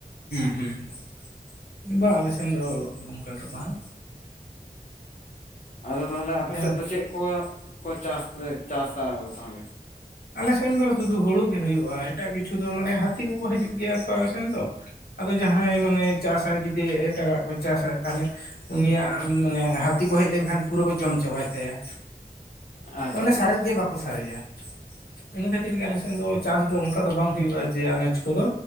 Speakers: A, on the left; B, on the left.
A: ᱦᱩᱸ ᱦᱩᱸ ᱵᱟᱝ ᱟᱞᱮ ᱥᱮᱱ ᱫᱚ ᱱᱚᱝᱠᱟ ᱫᱚ ᱵᱟᱝ᱾
B: ᱟᱫᱚ ᱛᱟᱦᱚᱞᱮ
A: ᱟᱪᱪᱷᱟ
B: ᱟᱯᱮ ᱥᱮᱫ ᱫᱚ ᱪᱮᱫ ᱠᱚ ᱠᱚ ᱪᱟᱥ ᱪᱟᱥᱟ ᱟᱫᱚ ᱛᱟᱦᱚᱞᱮ
A: ᱟᱞᱮ ᱥᱮᱱ ᱫᱚ ᱥᱩᱫᱷᱩ ᱦᱩᱲᱩ ᱜᱮ ᱦᱩᱭᱩᱜᱼᱟ ᱮᱴᱟᱜ ᱠᱤᱪᱷᱩ ᱫᱚ ᱢᱟᱱᱮ ᱦᱟᱹᱛᱤ ᱠᱚᱠᱚ ᱦᱟᱹᱡᱩᱜ ᱜᱮᱭᱟ ᱛᱚ ᱟᱞᱮ ᱥᱮᱱ ᱫᱚ᱾ ᱟᱫᱚ ᱡᱟᱦᱟᱸᱭ ᱢᱟᱱᱮ ᱪᱟᱥᱟ ᱡᱩᱫᱤ ᱮᱴᱟᱜᱟᱜ ᱠᱚᱭ ᱪᱟᱥᱟ ᱛᱟᱦᱚᱞᱮ ᱩᱱᱤᱭᱟᱜ ᱢᱟᱱᱮ ᱦᱟᱹᱛᱤ ᱠᱚ ᱦᱮᱡ ᱞᱮᱱᱠᱷᱟᱱ ᱯᱩᱨᱟᱹ ᱠᱚ ᱡᱚᱢ ᱪᱟᱵᱟᱭ ᱛᱟᱭᱟ᱾
B: ᱟᱪᱪᱷᱟ
A: ᱚᱱᱮ ᱥᱟᱨᱮᱡ ᱜᱮ ᱵᱟᱠᱚ ᱥᱟᱨᱮᱡᱟ ᱤᱱᱟᱹ ᱠᱷᱟᱹᱛᱤᱨ ᱜᱮ ᱟᱞᱮ ᱥᱮᱱ ᱫᱚ ᱪᱟᱥ ᱫᱚ ᱚᱱᱠᱟ ᱫᱚ ᱵᱟᱝ ᱦᱩᱭᱩᱜᱼᱟ᱾ ᱡᱮ ᱟᱱᱟᱡ ᱠᱚᱫᱚ